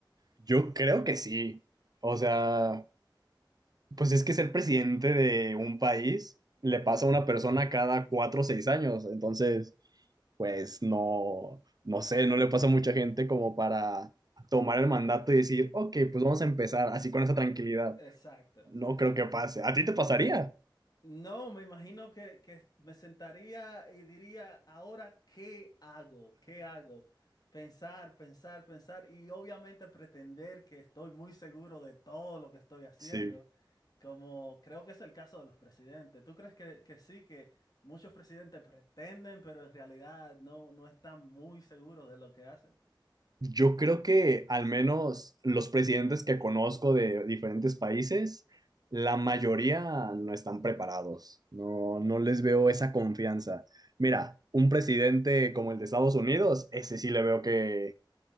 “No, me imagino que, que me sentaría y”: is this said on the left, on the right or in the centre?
Left